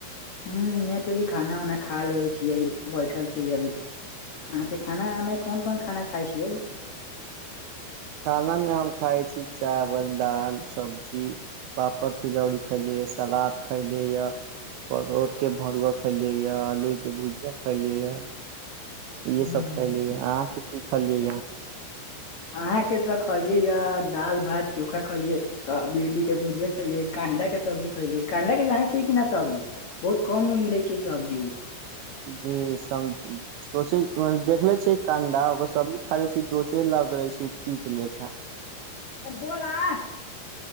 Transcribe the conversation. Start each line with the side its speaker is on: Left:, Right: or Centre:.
Left: ह यहाँ के भी खाना उना खा लेै छियै बैठल छी अभी अहाँके खाना मे कोन कोन खाना खाइ छियै
Right: खाना मे हम खााय छी चावल दाल सब्जी पापड़ तिलौरी खैली सलाद खैली य परोर के भरुआ खलिये या आलू के भुजिया खेलिये इहसभ
Left: हूँ
Right: खयली अहाँके की खलियै यए
Left: अहाँ के त खैलियै ये दाल भात चोखा खलिये भिंडी के भुजिये खलियै कंडा के सब्जी खलियै कडा के जाने छै किना सब्जी बहुत कम मे मिले छै सब्जी उ
Right: जी सम सोचै देखले छै कंडा ओकर सब्जी खा ले छी दोसरे लग रहे छै तीत लेखा
Left: ए बोलअ